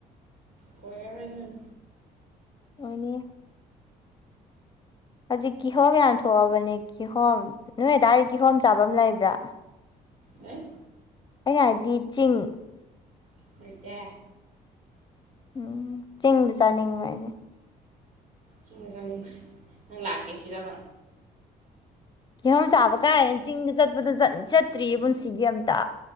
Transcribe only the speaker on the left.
ꯑꯣꯏꯅꯤ ꯍꯧꯖꯤꯛ ꯀꯤꯍꯣꯝ ꯌꯥꯝ ꯊꯣꯛꯑꯕꯅꯦ ꯀꯤꯍꯣꯝ ꯅꯣꯏꯃꯤ ꯑꯗꯨꯗꯥꯋꯥꯏꯗ ꯀꯤꯍꯣꯝ ꯆꯥꯐꯝ ꯂꯩꯕ꯭ꯔꯥ
ꯑꯩꯅ ꯍꯥꯏꯗꯤ ꯆꯤꯡ
ꯎꯝ ꯆꯂꯤ ꯆꯅꯤꯡ ꯃꯅꯦ
ꯀꯤꯍꯣꯝ ꯆꯥꯕ ꯀꯥꯏꯦ ꯆꯤꯡꯗ ꯆꯠꯄꯗ ꯆꯠꯇ꯭ꯔꯤꯌꯦ ꯄꯨꯟꯁꯤꯒꯤ ꯑꯝꯇ